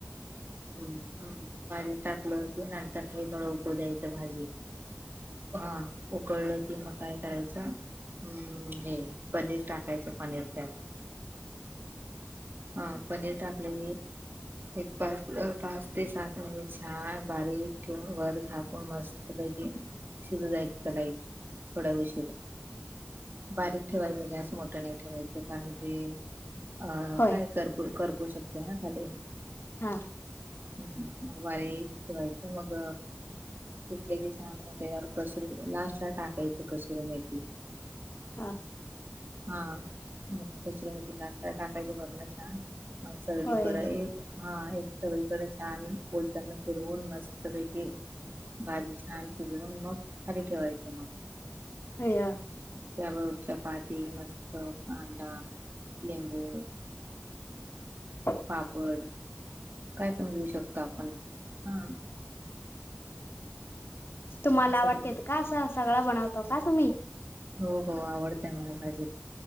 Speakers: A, on the right; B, on the left.
A: ह् हम् भाजी टाकलं होती नंतर उको द्यायच भाजी हा उकळलं की म काय करायच ह् हे पनीर टाकायचं पनीर त्यात हा पनीर टाकलेली एक पाच पाच ते सात मिनिट छान बारीक ठेवन वर झा मस्त पैकी शिज जायचं त्याला थोड्या विशीर बारीक ठेवायचं ग ठेवायच कारण ते अ
B: होय
A: काय कर करू शकते ना खाली
B: हा
A: हम् मग वारी ठेवायचं मग तले की छान म त्याच्यावर कसर लास्ट ला टाकायच कसर मेथी
B: हा
A: हा म कसर मती लाता टाकायच बरण छान मग सगडी
B: होय
A: पडे हा एक सगळीकडे छान बोलताना फिरवून मस्त देखील भाजी छान शिजून मग खाली ठेवायचं मग
B: अया
A: त्याबरोबर चपाती मस्त कांदा लिंबू
B: हो
A: पापड काय पण घेऊ शकतो आपण हा
B: तुम्हाला
A: असं
B: आवडते
A: म्हण
B: का असं सगळं बनवतो का तुम्ही
A: हो हो आवडतय मला भाजी